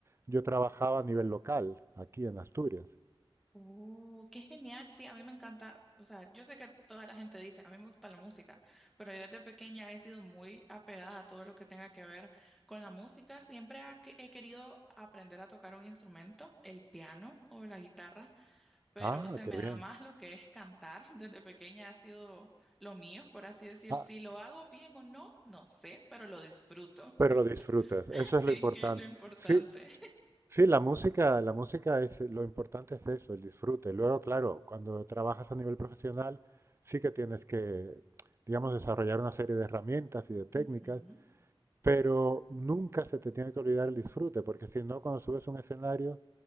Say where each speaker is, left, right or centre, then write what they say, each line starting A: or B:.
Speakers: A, on the right; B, in the centre.
A: yo trabajaba a nivel local, aquí en Asturias.
B: Oh, qué genial. Sí, a mí me encanta. O sea, yo sé que toda la gente dice, a mí me gusta la música, pero yo desde pequeña he sido muy apegada a todo lo que tenga que ver con la música. Siempre ha que- he querido aprender a tocar un instrumento, el piano o la guitarra. pero
A: Ah,
B: se me
A: qué bien.
B: da más lo que es cantar. <laughs> Desde pequeña ha sido lo mío, por así decir.
A: Ah,
B: Si lo hago bien o no, no sé, pero lo disfruto.
A: pero
B: <laughs>
A: lo disfrutas, eso
B: Sí,
A: es lo importante.
B: que es lo importante.
A: Sí, sí, la música, la música es, lo importante es eso, el disfrute. Luego, claro, cuando trabajas a nivel profesional, sí que tienes que, digamos, desarrollar una serie de herramientas
B: <laughs>
A: y de técnicas
B: Ujú,
A: pero nunca se te tiene que olvidar el disfrute, porque si no, cuando subes a un escenario,